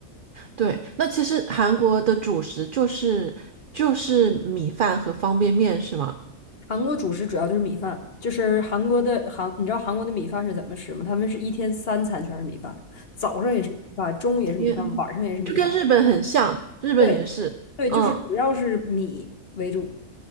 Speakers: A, on the right; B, on the left.
A: 对，那其实韩国的主食就是就是米饭和方便面是吗？
B: 韩国主食主要就是米饭，就是韩国的韩，你知道韩国的米饭是怎么吃吗？他们是一天三餐全是米饭，早上也是米饭，中午也是米饭，
A: 天，
B: 晚上也是米饭。
A: 就跟日本很像，日本也是。
B: 对对，
A: 嗯，
B: 就是主要是米为主。